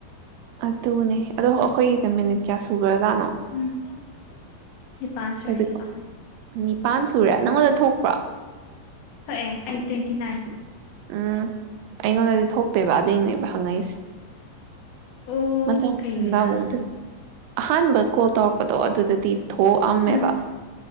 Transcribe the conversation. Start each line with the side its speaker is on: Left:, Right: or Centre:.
Right: ꯑꯗꯨꯅꯦ ꯑꯗꯣ ꯑꯩꯈꯣꯏꯒꯤ ꯃꯤꯅꯤꯠ ꯀꯌꯥ ꯁꯨꯒꯔꯖꯅꯣ
Left: ꯎꯝ <inaudible> ꯁꯨꯔꯦ
Right: ꯍꯧꯖꯤꯛꯄꯣꯛ
Left: ꯅꯤꯄꯥꯟ
Right: ꯅꯤꯄꯥꯟ ꯁꯨꯔꯦ ꯅꯪꯉꯣꯟꯗ ꯊꯣꯛ
Left: ꯍꯣꯛ ꯑꯦ ꯑꯩ ꯇ꯭ꯋꯦꯟꯇꯤ ꯅꯥꯏꯟ
Right: ꯎꯝ ꯑꯩꯉꯣꯟꯗꯗꯤ ꯊꯣꯛꯇꯦꯕ ꯑꯗꯨꯏꯅꯦꯕ ꯍꯪꯉꯛꯏꯁꯦ
Left: ꯑꯣ
Right: ꯃꯁ
Left: ꯀꯩ
Right: ꯆꯗ
Left: ꯑꯣꯏꯖꯥꯠꯅꯣ
Right: ꯑꯃꯗ ꯑꯍꯥꯟꯕ ꯀꯣꯜ ꯇꯧꯔꯛꯄꯗꯣ ꯑꯗꯨꯗꯗꯤ ꯊꯣꯛꯑꯝꯃꯦꯕ
Left: ꯎꯝ